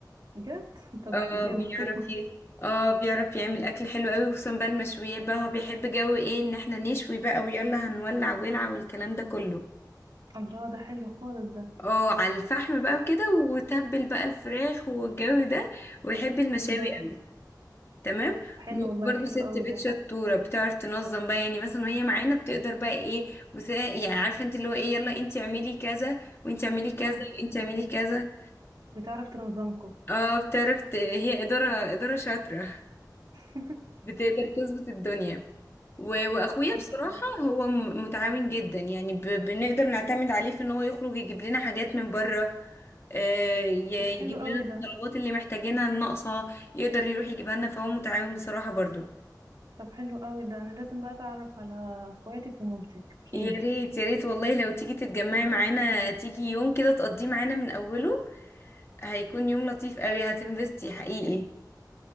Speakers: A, on the right; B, on the left.
A: بجد طب
B: اه
A: ايه
B: بيعرف
A: بختكم
B: ي- اه بيعرف يعمل اكل حلو قوي وخصوصا بقى المشويات بقى هو بيحب جو ايه ان احنا نشوي بقى ويلا هنولع ولع والكلام ده كله
A: الله ده حلو خالص ده
B: اه على الفحم بقى وكده وتبل بقى الفراخ والجو ده ويحب المشاوي
A: الله
B: قوي تمام
A: طب حلو
B: ماما
A: والله
B: برضو
A: حلو
B: ست
A: قوي
B: بيت
A: ده
B: شطورة بتعرف تنظم بقى يعني مثلا وهي معانا بتقدر بقى ايه وسا يعني عارفه انت اللي هو ايه يلا انت اعملي كذا وانت اعملي كذا
A: امم
B: وانت اعملي كذا
A: بتعرف تنظمكم
B: اه بتعرف ت- هي إدارة إدارة شاطرة
A: <laughs>
B: بتقدر تظبط الدنيا و... وأخويا
A: ما
B: بصراحة
A: شاء الله
B: هو م- متعاون جدا يعني ب... بنقدر نعتمد عليه في إن هو يخرج يجيب لنا حاجات من بره آه، ي-
A: طب حلو
B: يجيب
A: قوي
B: لنا
A: ده
B: الطلبات اللي محتاجينها الناقصة يقدر يروح يجيبها لنا فهو متعاون بصراحة برضو
A: طب حلو قوي ده انا لازم بقى اتعرف على اخواتك ومامتك اكيد
B: يا ريت يا ريت والله لو تيجي تتجمعي معانا تيجي يوم كده تقضيه معانا من أوله هيكون يوم لطيف قوي هتنبسطي حقيقي